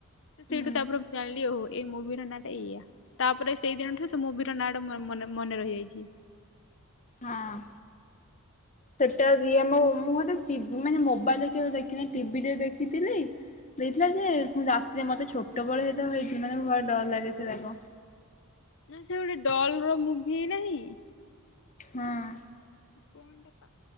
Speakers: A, on the left; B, on the left.
A: ତ
B: ହୁଁ
A: ସେଇଠୁ ତାପରେ ମୁଁ ଜାଣିଲି ଓହୋ। ଏଇ ମୁଭି ର ନାଁ ଟା ଏଇଆ, ତାପରେ ସେଇଦିନଠୁ ସେ ମୁଭି ର ନାଁ ଟା ମୋର ମନେ ମନେ ରହିଯାଇଛି।
B: ହାଁଆଁ। ସେଟା
A: ବଢିଆ
B: ଇଏ
A: ଲାଗେ।
B: ମୁଁ ମୁଁ ହେଟା ଚିବ୍ ମାନେ ମୋବାଇଲରେ କେବେ ଦେଖିନାଇଁ ଟିଭିରେ ଦେଖିଥିଲି। ଦେଇଥିଲା ଯେ ରାତିରେ ମତେ ଛୋଟ ବଳେ ହେଇଥିବ ମୁଁ ହେଇଥିବି ମାନେ ଭାରି ଡର ଲାଗେ ସେଉରାକ।
A: ନା ସେ ଗୋଟେ ଡଲ୍ ର ମୁଭି ନାହିଁ।
B: ହଁଅଁ।
A: କଁନ ଟା କା